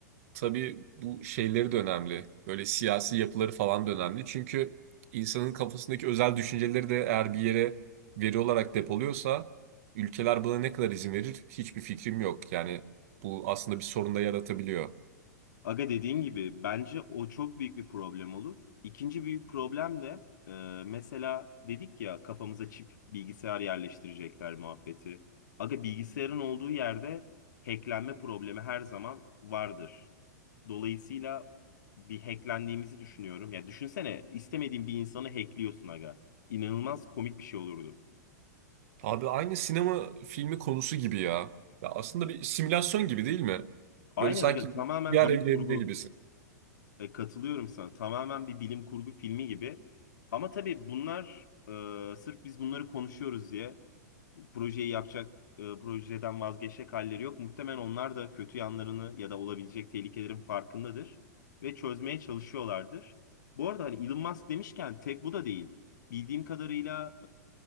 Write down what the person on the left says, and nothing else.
Aga dediğin gibi bence o çok büyük bir problem olur. İkinci büyük problem de e, mesela dedik ya kafamıza çip bilgisayar yerleştirecekler muhabbeti. Aga bilgisayarın olduğu yerde hacklenme problemi her zaman vardır. Dolayısıyla bir hacklendiğimizi düşünüyorum. Ya düşünsene istemediğin bir insanı hackliyorsun aga. İnanılmaz komik bir şey olurdu.
Aynen
aga tamamen
bilim
kurgu.
E, katılıyorum sana. Tamamen bir bilim kurgu filmi gibi. Ama tabii bunlar e, sırf biz bunları konuşuyoruz diye projeyi yapacak, e, projeden vazgeçecek halleri yok. Muhtemelen onlar da kötü yanlarını ya da olabilecek tehlikelerin farkındadır ve çözmeye çalışıyorlardır. Bu arada hani Elon Musk demişken tek bu da değil. Bildiğim kadarıyla